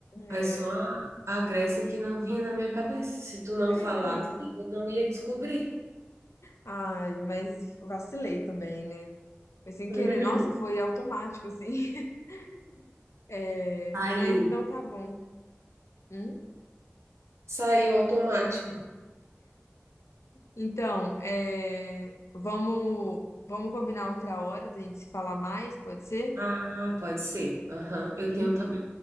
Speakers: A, on the right; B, on the left.
A: Aí
B: É,
A: só a, a Grécia que não vinha na minha cabeça. Se tu não
B: É
A: falasse,
B: então.
A: eu não ia descobrir.
B: Ai, mas vacilei também, né? Foi sem
A: <laughs>
B: querer. Nossa, foi automático, assim. <laughs> É,
A: Saiu.
B: mas então tá bom. Hum?
A: Saiu automático.
B: Então, é, vamos, vamos combinar outra hora da gente se falar mais, pode ser?
A: Ah, pode ser. Aham. Eu
B: Sim.
A: tenho também